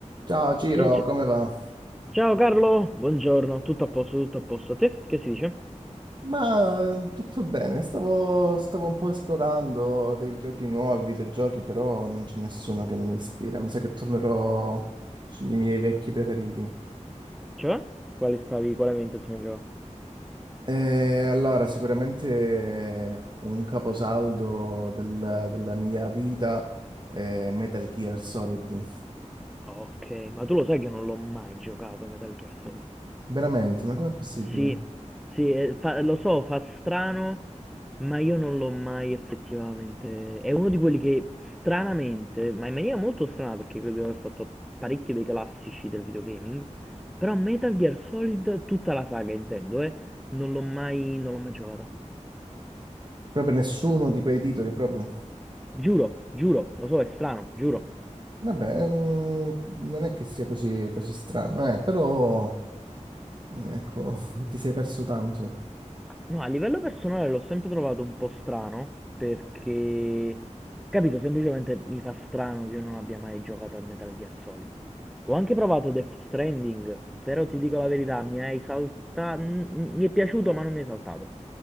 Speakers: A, on the right; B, in the centre.
A: Ciao Ciro,
B: Eh, c-
A: come va?
B: ciao Carlo, buongiorno, tutto a posto, tutto a posto. A te? Che si dice?
A: Ma eh, tutto bene, stavo, stavo un po' esplorando dei giochi nuovi, videogiochi, però non c'è nessuno che mi ispira. Mi sa che tornerò sui miei vecchi preferiti.
B: Cioè? Quali stavi, quale ambientazione gioca?
A: E allora, sicuramente un caposaldo del- della mia vita è Metal Gear Solid.
B: Ok, ma tu lo sai che non l'ho mai giocato a Metal Gear Solid.
A: Veramente, ma com'è possibile?
B: Sì, sì, eh, fa- lo so, fa strano, ma io non l'ho mai effettivamente... È uno di quelli che stranamente, ma in maniera molto strana perché credo di aver fatto parecchi dei classici del videogaming, però Metal Gear Solid, tutta la saga intendo, eh, non l'ho mai, non l'ho mai giocata.
A: Proprio nessuno di quei titoli, proprio.
B: Giuro, giuro, lo so, è strano, giuro.
A: Vabbè, mm, non è che sia così, così strano, eh, però. Mm, Ecco, <laughs> ti sei perso tanto.
B: No, a livello personale l'ho sempre trovato un po' strano perché, capito, semplicemente mi fa strano che io non abbia mai giocato a Metal Gear Solid. Ho anche provato Death Stranding, però ti dico la verità, mi hai saltato, mi è piaciuto ma non mi è saltato.